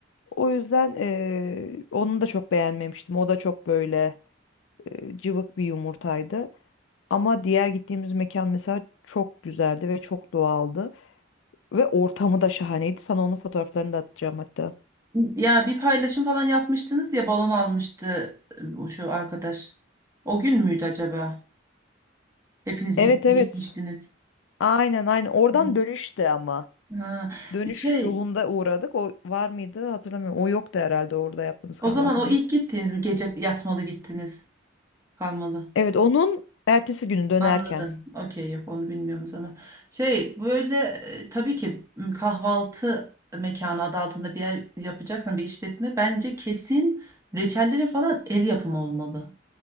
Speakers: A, on the left; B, on the right.
A: O yüzden e, onu da çok beğenmemiştim. O da çok böyle e, cıvık bir yumurtaydı. Ama diğer gittiğimiz mekan mesela çok güzeldi ve çok doğaldı. Ve ortamı da şahaneydi. Sana onun fotoğraflarını da atacağım hatta.
B: Ya bir paylaşım falan yapmıştınız ya balon almıştı e, o şu arkadaş. O gün müydü acaba? Hepiniz
A: Evet
B: birlikte
A: evet.
B: gitmiştiniz.
A: Aynen aynen. Oradan
B: Hı.
A: dönüşte ama.
B: Ha,
A: dönüş
B: şey
A: yolunda uğradık. O var mıydı hatırlamıyorum. O yoktu herhalde orada yaptığımız
B: o
A: kahvaltıda.
B: zaman o ilk gittiniz mi? Gece yatmalı gittiniz. Kalmalı.
A: Evet onun ertesi günü dönerken.
B: Anladım. Okey yok onu bilmiyorum o zaman. Şey böyle e, tabii ki m, kahvaltı mekanı adı altında bir yer yapacaksan bir işletme bence kesin reçellerin falan el yapımı olmalı.